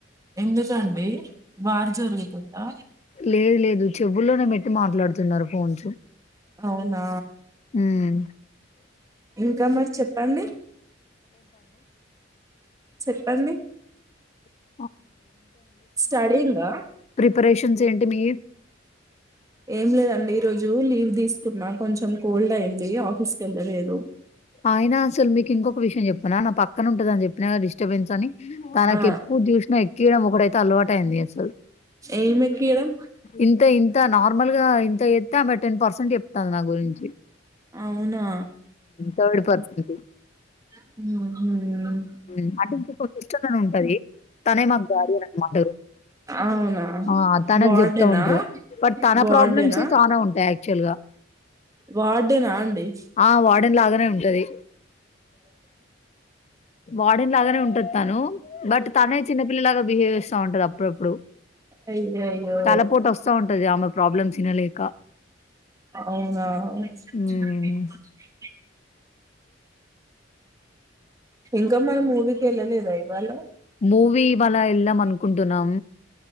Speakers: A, on the right (about 15°); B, on the left (about 35°).
A: ఎందుకండి వార్ జరుగుతుందా
B: లేదు లేదు చెవిల్లోనే పెట్టి మాట్లాడుతున్నారు ఫోన్స్
A: అవునా
B: హ్మ్
A: ఇంకా మరి చెప్పండి చెప్పండి
B: అ
A: స్టడిన్ గా
B: ప్రిపరేషన్స్ ఏంటి మీయి?
A: ఏం లేదండి ఈరోజు లీవ్ తీసుకున్నా కొంచెం కోల్డ్ అయింది లే ఆఫీస్ క వెళ్ళ లేదు
B: ఆయన అసలు మీకు ఇంకొక విషయం చెప్పనా నా పక్కన ఉంటద అని చెప్ప నా డిస్టర్బెన్స్ అని తనఎప్పుడు
A: ఆ
B: చూసినా ఎక్క్కయడం ఒకటైతే అలవాటు అయంది అసలు
A: ఏం ఎక్కియడం
B: ఇంత ఇంత నార్మల్గా ఇంత ఎత్తే ఆమె టెన్ పర్సెంట్ చెప్తాంది నా గురించి
A: అవునా
B: థర్డ్ పర్సజ్ ఇది
A: <unintelligible>
B: హ అటునిచ్చి ఇక ఒక సిస్టర్ అని ఉంటది తనే మాకు గగాడియ అనమాట
A: అవునా
B: ఆ తనకు
A: వార్డెనా
B: చెప్తా ఉంటారు బట్ తన
A: వార్డెనా
B: ప్రాబ్లమ్స్ చాల ఉంటాయి యాక్చువల్గా
A: వార్డెనా అండి
B: ఆ వాడన్ లాగానే ఉంటది వార్డిన్ లాగానే ఉంటది తను బట్ తనే చిన్నపిల్లలాగా బిహేవ్ చేస్తా ఉంటది అప్పుడప్పుడు
A: అయ్యయ్యో
B: తలపోట వస్తా ఉంటది ఆమె ప్రాబ్లమ్స్ తిన లేేఖ
A: అవునా <inaudible>
B: మ్మ్.
A: ఇంకా మరి మూవీకి వెళ్ళలేదా ఇవాళ
B: మూవీ ఇవ్వాళ వెళదాం అనుకుంటున్నాం